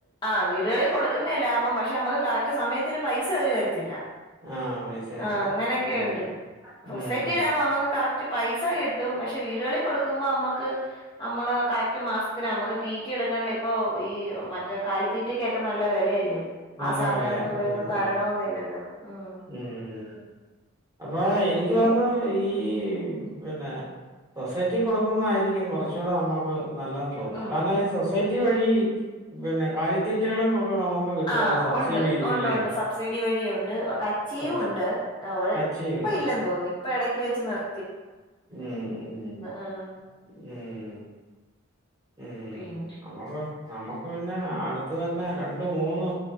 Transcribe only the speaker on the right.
ആഹ് പൈസ
കിട്ടും
ഉം
ഉം
നല്ല
വെലയാ.
ആഹ്
ആഹ്.
ഉം. അപ്പൊ എനിക്ക്
തോന്ന്ന്ന് ഈ പിന്നെ. സൊസൈറ്റി കൊടുക്കുന്നതായിരിക്കും കൊറച്ചൂടെ നമ്മുക്ക് നല്ലതെന്ന് തോന്നുന്നു
കാരണം ഈ സൊസൈറ്റി വഴി പിന്നെ കാലിത്തീറ്റകളും ഒക്കെ നമുക്ക് കിട്ടുവല്ലോ
സബ്സിഡിയിലല്ലേ?
സബ്സി
കച്ചിയുണ്ട്.
മ്മ് മ്മ്
ഉം ഉം.
നമുക്ക് നമുക്ക് പിന്ന അടുത്ത് തന്നെ രണ്ട് മൂന്ന്